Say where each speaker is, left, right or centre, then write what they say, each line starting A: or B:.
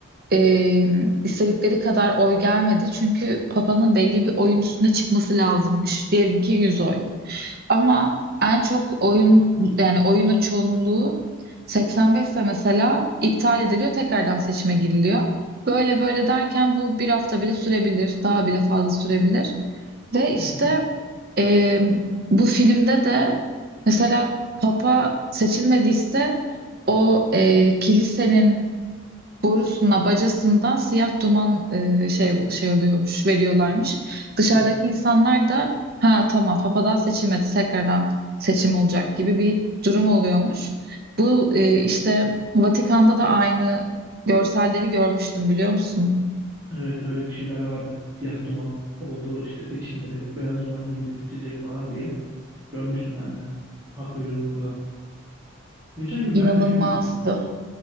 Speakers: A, on the right; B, on the right.
A: e, istedikleri kadar oy gelmedi. Çünkü Papa'nın belli bir oyun üstüne çıkması lazımmış. Diyelim ki 100 oy. Ama en çok oyun yani oyunu çoğunluğu 85'te mesela iptal ediliyor, tekrardan seçime giriliyor. Böyle böyle derken bu bir hafta bile sürebilir, daha bile fazla sürebilir. Ve işte
B: hı hı.
A: e, bu filmde de mesela Papa seçilmediyse o e, kilisenin borusuna bacasından siyah duman e, şey şey oluyormuş veriyorlarmış. Dışarıdaki
B: Evet.
A: insanlar da ha tamam papadan seçilmedi tekrardan seçim olacak gibi bir durum oluyormuş. Bu e, işte Vatikan'da da aynı görselleri görmüştüm biliyor musun?
B: Evet öyle bir şeyler vardı. Siyah duman oldu işte seçilmedi. Beyaz duman gelince seçilecek falan diye. Görmüştüm ben de. Hak veriyorum burada. Geçen gün
A: İnanılmazdı.
B: ben de bir film izledim.